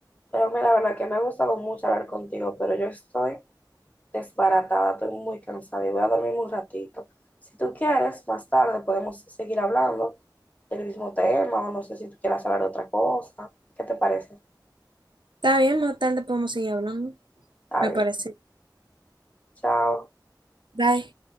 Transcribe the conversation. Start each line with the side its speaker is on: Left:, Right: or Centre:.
Left: Pero mira, la verdad que me ha gustado mucho hablar contigo, pero yo estoy desbaratada, estoy muy cansada y voy a dormir un ratito. Si tú quieres, más tarde podemos seguir hablando del mismo tema o no sé si tú quieras hablar de otra cosa. ¿Qué te parece?
Right: Está bien, más tarde podemos seguir hablando,
Left: Está
Right: me
Left: bien.
Right: parece.
Left: Chao.
Right: Bye.